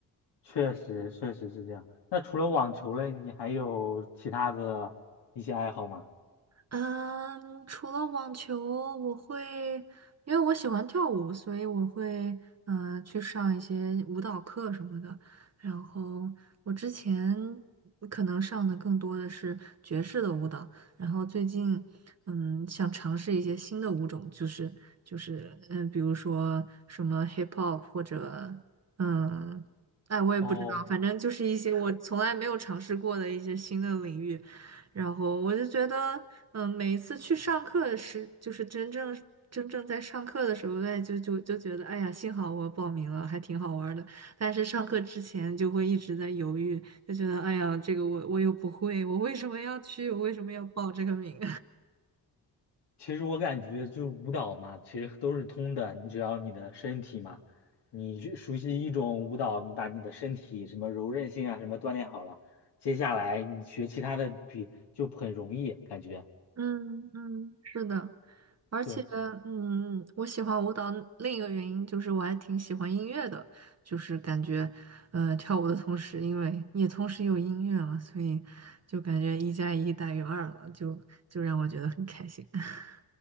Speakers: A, on the left (about 70°); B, on the right (about 40°).
A: 确实确实是这样。那除了网球嘞，你还有其他的一些爱好吗？
B: 嗯，除了网球，我会，因为我喜欢跳舞，所以我会嗯去上一些舞蹈课什么的。然后我之前可能上的更多的是爵士的舞蹈，然后最近嗯想尝试一些新的舞种，就是就是嗯、呃比如说什么 hip hop 或者嗯，哎，我也不知道，
A: 哦。
B: 反正就是一些我从来没有尝试过的一些新的领域。然后我就觉得，嗯，每一次去上课时，就是真正真正在上课的时候，哎，就就就觉得，哎呀，幸好我报名了，还挺好玩儿的。但是上课之前就会一直在犹豫，就觉得，哎呀，这个我我又不会，我为什么要去？我为什么要报这个名？
A: 其实我感觉就是舞蹈嘛，其实都是通的。你只要你的身体嘛，你去熟悉一种舞蹈，你把你的身体什么柔韧性啊什么锻炼好了，接下来你学其他的比就很容易感觉。
B: 嗯嗯，是的，而且嗯，
A: 对，
B: 我喜欢舞蹈另一个原因就是我还挺喜欢音乐的，就是感觉呃跳舞的同时，因为也同时有音乐嘛，所以就感觉一加一大于二了，就就让我觉得很开心。<laughs>